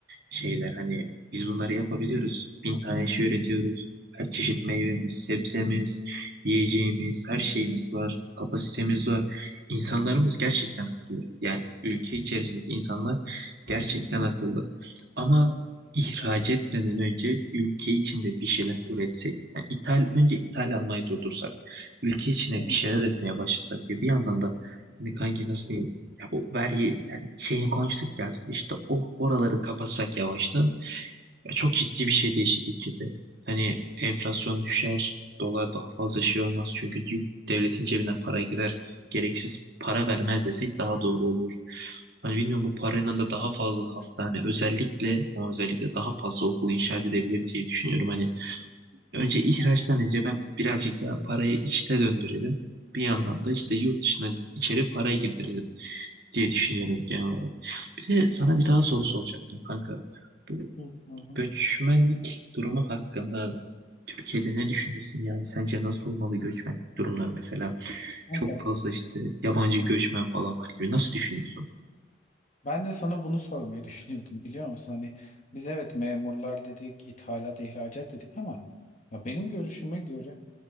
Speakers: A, on the right; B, on the left.
A: şeyler. Hani biz bunları yapabiliyoruz. Bin tane şey üretiyoruz. Her çeşit meyvemiz, sebzemiz, yiyeceğimiz, her şeyimiz var. Kapasitemiz var. İnsanlarımız gerçekten akıllı. Yani ülke içerisindeki insanlar gerçekten akıllı. Ama ihraç etmeden önce ülke içinde bir şeyler üretsek. Yani ithal, önce ithal almayı durdursak ülke içine
B: Hmm.
A: bir şeyler üretmeye başlasak ve bir yandan da hani kanki nasıl diyeyim ya bu vergi yani şeyini konuştuk ya işte o oraları kapatsak yavaştan ya çok ciddi bir şey değişir ülkede. Hani enflasyon düşer, dolar daha fazla şey olmaz çünkü dü- devletin cebine para girer, gereksiz para vermez desek daha doğru olur. Hani bilmiyorum bu paranın da daha fazla hastane özellikle o özellikle daha fazla okul inşa edebilir diye düşünüyorum. Hani Önce ihraçtan önce ben birazcık daha parayı içte döndürelim. Bir yandan da işte yurt dışından içeri para girdirelim diye düşünüyorum genel olarak. Bir de sana bir daha soru soracaktım kanka. Bu
B: Hı hı.
A: göçmenlik durumu hakkında Türkiye'de ne düşünüyorsun yani? Sence nasıl olmalı göçmenlik durumları mesela?
B: hı.
A: Çok fazla işte yabancı göçmen falan var gibi. Nasıl düşünüyorsun?
B: Ben de sana bunu sormayı düşünüyordum biliyor musun? Hani biz evet memurlar dedik, ithalat, ihracat dedik ama ya benim görüşüme göre